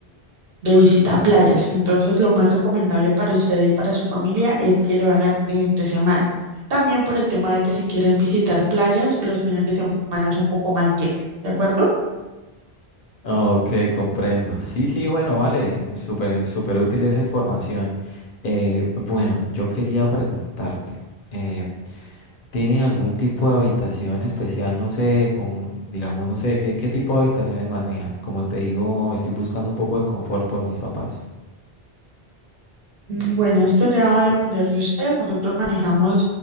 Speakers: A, on the right; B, on the left.
A: de visita a playas. Entonces, lo más recomendable para usted y para su familia es que lo hagan entre semana. También por el tema de que si quieren visitar playas, los fines de semana es un poco más lleno, ¿de acuerdo?
B: Ok, comprendo. Sí, sí, bueno, vale, súper, súper útil esa información. Eh, bueno, yo quería preguntarte, eh, ¿tienen algún tipo de habitación especial? No sé, con, digamos, no sé, ¿qué, qué tipo de habitaciones más manejan? Como te digo, estoy buscando un poco de confort por mis papás.
A: Mm, Bueno, esto ya va a depender de usted. Nosotros manejamos